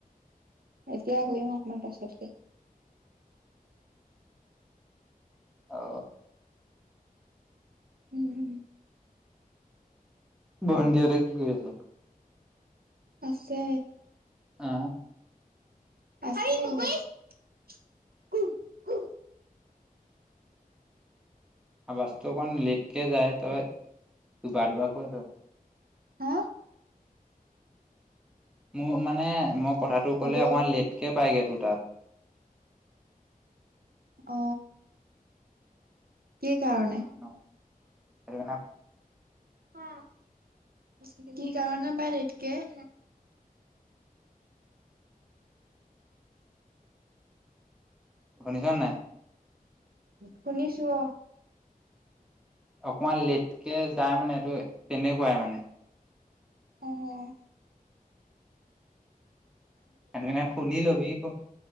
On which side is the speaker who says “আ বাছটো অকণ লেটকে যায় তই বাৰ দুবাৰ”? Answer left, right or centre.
Centre